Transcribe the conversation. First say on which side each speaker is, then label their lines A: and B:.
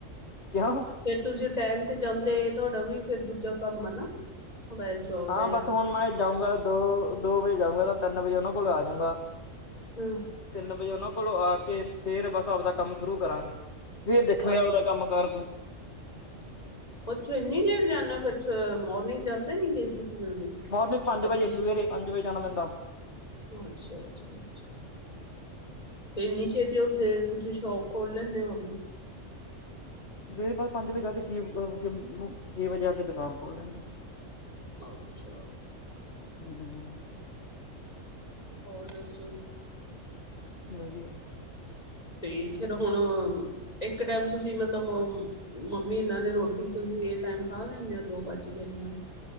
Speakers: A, on the left; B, on the left.
A: ਕਿਉਂ
B: ਫੇਰ ਤੁਸੀ ਟੈਮ ਤੇ ਜਾਂਦੇ ਤੁਹਾਡਾ ਵੀ ਫੇਰ ਦੂਜਾ ਕੰਮ ਆ ਨਾ। ਮੋਬਾਇਲ ਸ਼ੋਪ
A: ਹਾਂ
B: ਦਾ
A: ਬਸ
B: ਆ
A: ਹੁਣ ਮੈਂ ਜਾਊਂਗਾ ਦੋ ਦੋ ਵਜੇ ਜਾਊਂਗਾ ਤਾਂ ਤਿੰਨ ਵਜੇ ਔਨਾਂ ਕੋਲ ਆਜੂਂਗਾ।
B: ਹੂਂ।
A: ਤਿੰਨ ਵਜੇ ਉਹਨਾਂ ਕੋਲੋਂ ਆ ਕੇ ਫਿਰ ਬਸ ਆਪਦਾ ਕੰਮ ਸ਼ੁਰੂ ਕਰਾਂਗੇ। ਫੇਰ ਦੇਖਾਂਗੇ
B: ਅੱਜ
A: ਆਪਦਾ ਕੰਮ ਕਾਰ ਕੋਈ।
B: ਅੱਛਾ ਇੰਨੀ ਲੇਟ ਜਾਂਦਾ ਫਿਰ ਮੋਰਨਿੰਗ ਜਾਂਦੇ ਨੀ ਜੇ ਤੁਸੀਂ ਜਲਦੀ।
A: ਮੋਰਨਿੰਗ ਪੰਜ
B: ਆਪਦੀ
A: ਵਜੇ ਸਵੇਰੇ ਪੰਜ ਵਜੇ ਜਾਣਾ ਪੈਂਦਾ।
B: ਅੱਛਾ, ਅੱਛਾ, ਅੱਛਾ। ਤੇ ਇੰਨੀ ਛੇਤੀ ਉੱਥੇ ਤੁਸੀਂ ਸ਼ੋਪ ਖੋਲ ਲੈਂਦੇ ਹੋ ਆਪਣੀ।
A: ਸਵੇਰੇ ਪੰਜ ਵਜੇ ਆ ਕੇ ਛੇ ਵੱਜੇ ਆ ਕੇ ਦੁਕਾਨ ਖੋਲ ਲੈਂਦੇ ਹਾਂ।
B: ਅੱਛਾ,
A: ਹੂੰ
B: ਹੋਰ ਦੱਸੋ ਜੀ।
A: ਵਧੀਆ।
B: ਤੇ ਫਿਰ ਹੁਣ, ਇੱਕ ਟਾਈਮ ਤੁਸੀਂ ਮਤਲਬ ਮੰਮੀ ਇਹਨਾਂ ਨੇ ਰੋਟੀ ਤੁਸੀਂ ਇਹ ਟਾਈਮ ਖਾ ਲੈਂਦੇ ਹੋ ਦੋ ਵੱਜ ਗਏ ਨੇ ਹੁਣ।